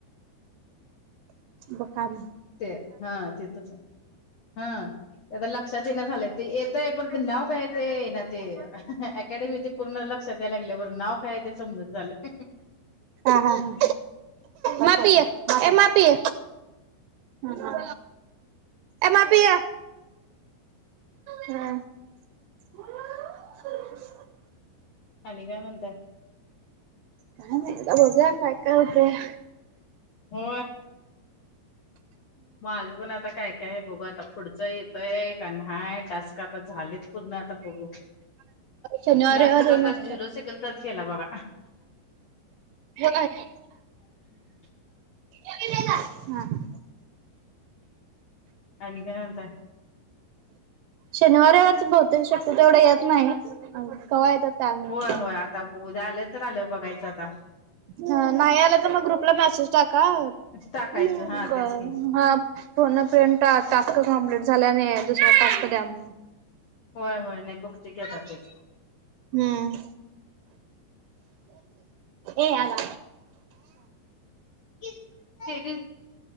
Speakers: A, on the right; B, on the left.
A: ब कामी
B: ते हा तेथच आहे. हा ते लक्षात येईना झालंय ते येतय परत नाव काय ते ना ते अकॅडमीचे पूर्ण लक्षात याला लागल्या पण नाव काय आहे ते समजना झालंय.
A: हा हा हा म पिय ए म पिय! ह ए मा पिय हा! <inaudible>
B: आणि काय म्हणताय?
A: काय नाही आता बघर काय काय होतंय.
B: हो माझ पण आता काय काय आहे बघू आता पुढ येतय का नाय टास्क आता झालेच पूर्ण! आता बघू
A: शनिवार
B: लास्टचा
A: रविवार
B: आता
A: नसतात.
B: झिरो सेकंद गेला बघा!
A: <unintelligible>
B: <inaudible>
A: हा हा!
B: आणि काय म्हणताय?
A: शनिवार रविवारच बहुतेक शक्यतो तेवढ येत नाही कव्हा येतात काय माहित.
B: होय होय आता उद्या आलं तर आलं बघायचं आता.
A: ह नाही आला तर मग ग्रुपला मेसेज टाका
B: टाकायचं
A: कळल
B: हा तेच की
A: हा. फोने फ्रेंड टास्क कमप्लीट झालाय दुसरा टास्क द्या म्हणून.
B: होय होय नाही बघते की आता तेच.
A: हम्म! ए आला
B: <unintelligible>